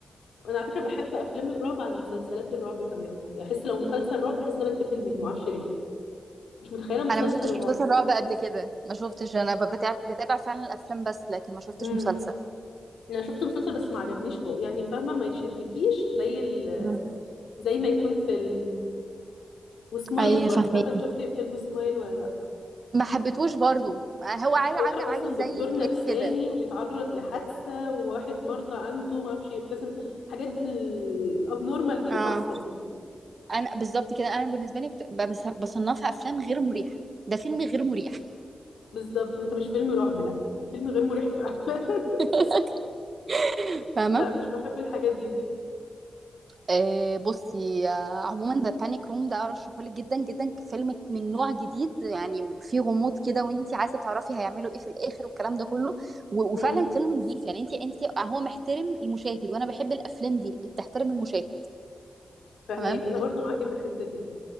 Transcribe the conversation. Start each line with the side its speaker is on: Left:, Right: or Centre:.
Left: وانا على فكره بحب افلام الرعب عن مسلسلات الرعب كمان يعني احس لو مسلسل رعب بحس ان انا بتقفل منه معرفش ليه مش متخيله مسلسل
Right: انا ما شفتش
Left: رعب
Right: مسلسل رعب قبل كده ما شفتش انا ب- بتاع- بتابع فعلا الافلام بس لكن ما شفتش
Left: امم
Right: مسلسل
Left: انا شفت مسلسل بس ما عجبنيش خالص يعني فاهمه ما يشدكيش زي ال...
Right: <laughs> مم.
Left: زي ما يكون فيلم وسمايل
Right: ايوه
Left: برضه
Right: فاهمه
Left: مش عارفه انت شفتي فيلم سمايل ولا لا
Right: ما حبيتهوش برضو هو
Left: حوار
Right: عامل عامل عامل
Left: اصلا دكتور
Right: زي ايه
Left: نفساني
Right: كده
Left: وبيتعرض لحادثه وواحد مرضى عنده ما اعرفش يبتسم الحاجات الابنورمال دي
Right: اه
Left: بتعصبني
Right: انا بالظبط كده انا بالنسبه لي بت- بس- بصنفها افلام غير مريحه ده فيلم غير مريح
Left: بالظبط انت مش فيلم رعب لا انت فيلم غير مريح فعلا <laughs>
Right: <laughs> فاهمه
Left: لا مش بحب الحاجات دي
Right: آه بصي آه عموما ده بانيك روم ده ارشحهولك جدا جدا فيلم من نوع جديد يعني فيه غموض كده وانت عايزه تعرفي هيعملوا ايه في الاخر والكلام ده كله و- وفعلا
Left: امم
Right: فيلم نظيف يعني انت انت هو محترم المشاهد وانا بحب الافلام دي اللي بتحترم المشاهد
Left: فهماك
Right: تمام
Left: انا برضو معاكي في الحته دي